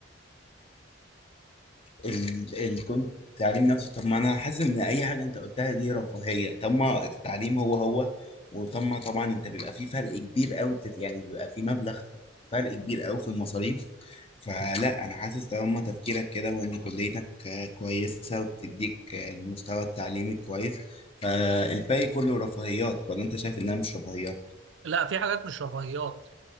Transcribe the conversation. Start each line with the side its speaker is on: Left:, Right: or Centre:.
Left: ال... ال... كنت التعليم نفسه طب ما انا حاسس ان اي حاجه انت قلتها دي رفاهيه طب ما التعليم هو هو وطب ما طبعا انت بيبقى في فرق كبير قوي بتت... يعني بيبقى في مبلغ فرق كبير قوي في المصاريف فلا انا حاسس طالما تفكيرك كده وان كليتك آه، كويسه وبتديك آه، المستوى التعليمي كويس فالباقي كله رفاهيات ولا انت شايف انها مش رفاهيات
Right: لا في حاجات مش رفاهيات